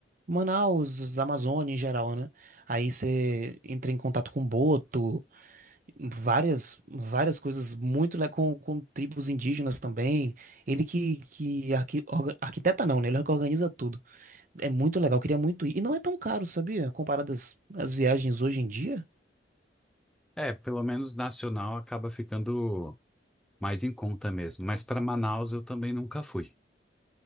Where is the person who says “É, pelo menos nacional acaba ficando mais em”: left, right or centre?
Centre